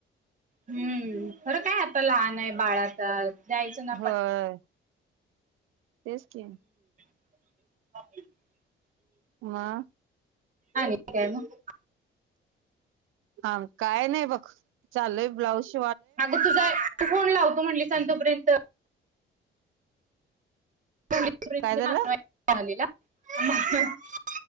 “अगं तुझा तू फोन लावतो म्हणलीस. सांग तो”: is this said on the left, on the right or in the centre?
Right